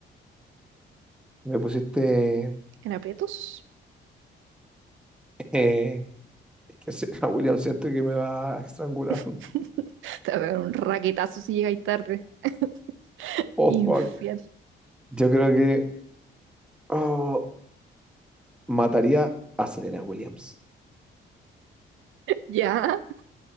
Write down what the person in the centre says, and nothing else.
me pusiste.
eh, que se- <laughs> William, siento que me va a estrangular.
<laughs>
Oh,
fuck. Yo creo que. oh, Mataría a Serena Williams.